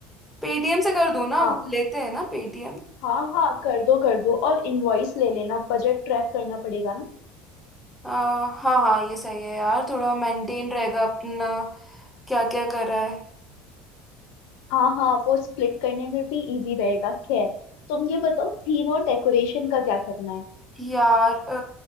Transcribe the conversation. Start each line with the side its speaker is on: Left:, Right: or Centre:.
Centre: पेटीएम से कर दूँ ना
Left: हाँ
Centre: वो लेते हैं ना पेटीएम
Left: हाँ हाँ कर दो कर दो और इनवॉइस ले लेना बजट ट्रैक करना पड़ेगा ना
Centre: हाँ हाँ हाँ ये सही है यार थोड़ा मेंटेन रहेगा अपना क्या क्या कर रहा है
Left: हाँ हाँ वो स्प्लिट करने में भी इजी रहेगा खैर तुम ये बताओ थीम और डेकोरेशन का क्या करना है
Centre: यार अ,